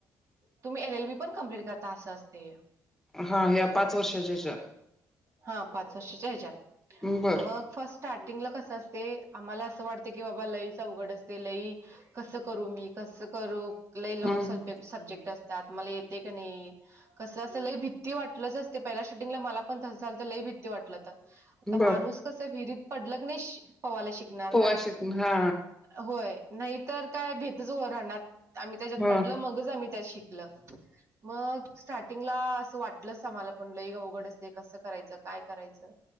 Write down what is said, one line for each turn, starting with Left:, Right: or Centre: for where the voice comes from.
Right: तुम्ही एल एल बी पण कंप्लीट करता असं असते
Centre: हा या्या पाच वर्षाच्याच्या
Right: हा पाच वर्षाच्या ह्याच्यात
Centre: बर
Right: मग फस्ट स्टार्टिंगला कसं असते आम्हाला असं वाटते की बाबा लईच उघड असते लई कसं करू मी कसं करू कु ल लॉ
Centre: हम्म
Right: सबजेक्ट सब्जेक्ट असतात मला येते की नाही कसं असं लय भित्ती वाटलंच असते पहिल्या शूटिंगला मला पण तसं झाल तर लय भित्ती वाटलं तर तर
Centre: बर
Right: माणूस कस विहिरीत पडलग नाही पवायला शिकणार
Centre: पोवा
Right: ना
Centre: शिक हा
Right: होय नाहीतर काय भीेतच हो राहणार आम्ही त्याच्यात
Centre: हो
Right: पडलं मगच आम्ही त्यात शिक ला मग स्टार्टिंगला असं वाटलंच आम्हाला पण लईग अवघडचते कसं करायचं काय करायचं